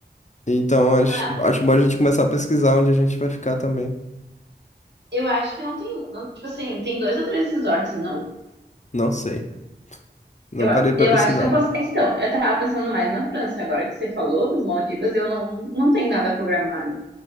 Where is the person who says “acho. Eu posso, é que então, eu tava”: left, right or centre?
Right